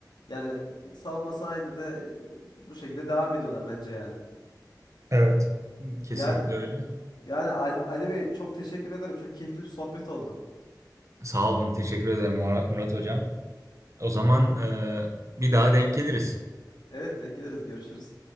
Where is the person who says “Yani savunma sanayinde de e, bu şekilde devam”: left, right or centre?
Left